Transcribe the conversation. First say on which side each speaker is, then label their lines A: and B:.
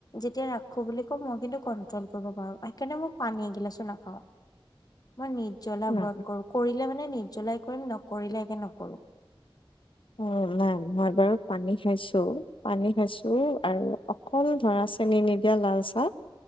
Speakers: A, on the left (about 45°); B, on the left (about 65°).
A: যেতিয়া ৰাখো বুলি কও মই কিন্তু কন্ট্ৰল কৰিব পাৰো সেইকাৰণে মই পানী এগিলাচো নাখাও। মই নিৰ্জ্বলা
B: না
A: ব্ৰত কৰো কৰিলে মানে নিৰ্জ্বলাই কৰিম নকৰিলে একে নকৰো।
B: অ নাই মই বাৰু পানী খাইছো পানী খাইছো আৰু অকল ধৰা চেনি নিদিয়া লাল চাহ